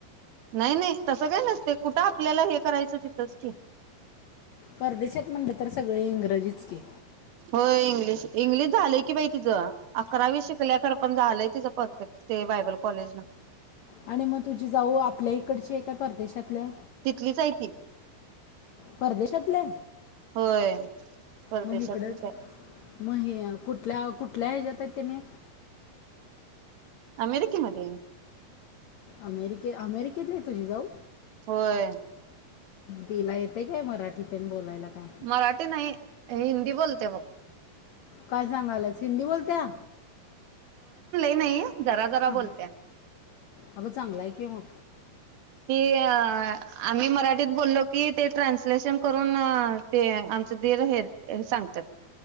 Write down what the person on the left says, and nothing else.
परदेशात म्हणल तर सगळे इंग्रजीच की
आणि मग तुझी जाऊ आपल्या इकडची हाय काय? परदेशातल्या
परदेशातले
मग हीकडच
म हे कुठल्या कुठल्या ह्याच्यात हायत? तेनी
अमेरिके अमेरिकेतली ये तुझी जाऊ?
तिला येतय काय मराठीतेन बोलायला? काय
काय सांगाल्यास हिंदी बोलत्या?
हं,
अगं चांगलाय कि मग